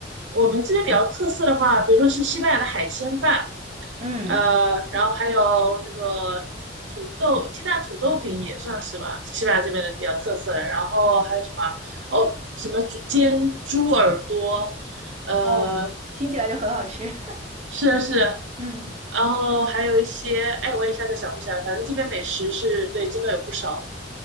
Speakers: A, on the right; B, on the right.
A: 我们这边比较特色的话，比如说是西班牙的海鲜饭，
B: 嗯，
A: 呃，然后还有那个土豆鸡蛋土豆饼也算是吧，是西班牙这边的比较特色的。然后还有什么？哦，什么猪煎猪耳朵，呃，
B: 哦，听起来就很好吃。<laughs>
A: 是是，然
B: 嗯。
A: 后还有一些，哎，我一下子想不起来，反正这边美食是对，真的有不少。